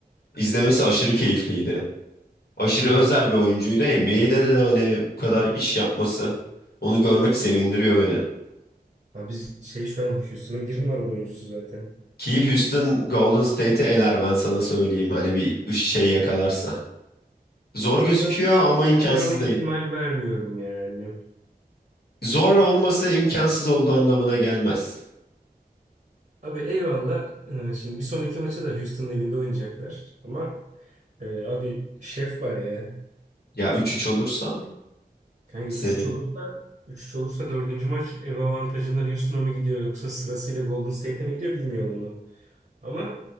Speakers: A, on the left; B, on the right.
A: İzlemesi aşırı keyifliydi. Aşırı
B: Hı hı.
A: özel bir oyuncuydu. NBA'de de, de hani bu kadar iş yapması onu görmek sevindiriyor beni.
B: Abi biz şey şu an Houston'ın bir numaralı oyuncusu zaten.
A: Ki Houston Golden State'i eler ben sana söyleyeyim. Hani bir şey yakalarsa. Zor gözüküyor
B: Abi ben ona,
A: ama imkansız
B: ben ona ihtimal
A: değil.
B: vermiyorum yani.
A: Zor olması imkansız olduğu anlamına gelmez.
B: Abi eyvallah. Ee, Şimdi bir sonraki maçı da Houston'ın evinde oynayacaklar. Ama e, abi şef var ya.
A: Ya 3-3 olursa
B: Kanka
A: seri.
B: üç üç olursa üç üç olursa dördüncü maç ev avantajından Houston'a mı gidiyor yoksa sırasıyla Golden State'e mi gidiyor bilmiyorum onu. Ama